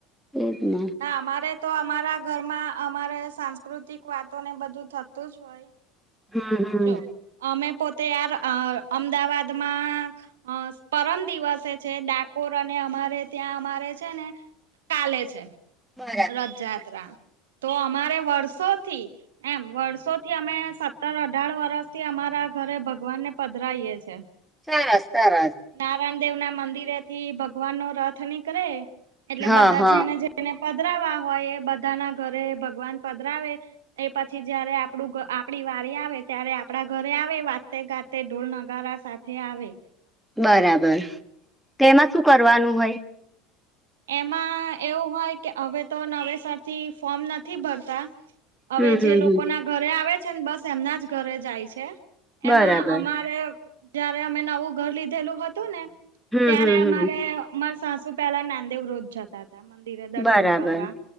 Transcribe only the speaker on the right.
ના અમારે તો અમારા ઘરમાં અમારે સાંસ્કૃતિક વાતો ને બધું થતું જ હોય
જો અમે પોતે યાર અ અમદાવાદમાં અ પરમ દિવસે છે, ડાકોર અને અમારે ત્યાં અમારે છે, ને કાલે છે.
રથયાત્રા તો અમારે વર્ષોથી એમ વર્ષોથી અમે સત્તર અઢાર વર્ષથી અમારા ઘરે ભગવાનને પધરાઈએ છે.
નારાયણ દેવના મંદિરેથી ભગવાનનો રથ નીકળે એટલે
બધા
જેને જે તેને પધરાવા હોય એ બધાના ઘરે ભગવાન પધરાવે એ પછી જયારે આપડું આપડી વારી આવે ત્યારે આપડા ઘરે આવે વાતે ગા તે ઢોલ નગારા સાથે આવે
એમાં એવું હોય કે અવે તો નવેસરથી ફોર્મ નથી ભરતા અવે
જે લોકોના
ઘરે આવે છે, ન બસ એમનાજ ઘરે જાય છે.
એમાં અમારે જયારે અમે નવું ઘર લીધેલું હતું ને
ત્યારે
અમારે અમારે સાસુ પેલા નાનદેવ રોધ જતા હતા મંદિરે દર્શન
કરવા